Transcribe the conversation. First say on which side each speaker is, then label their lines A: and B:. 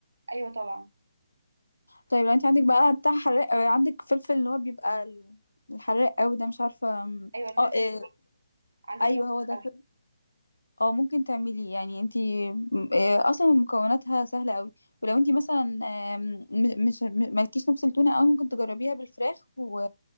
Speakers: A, on the right; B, on the left.
A: ايوه طبعا
B: طيب لو انت عندك بقى بتاع حراق آه، عندك فلفل اللي هو بيبقى ال- الحراق قوي ده مش عارفه
A: ايوه الفلفل
B: اه آه،
A: عندي
B: ايوه
A: منه كتير
B: هو ده
A: قوي
B: اه ممكن تعملي يعني انتي م- آه، اصلا مكوناتها سهله قوي ولو انتي مثلا آم، م- مش م- مالكيش نفس التونه قوي ممكن تجربيها بالفراخ و...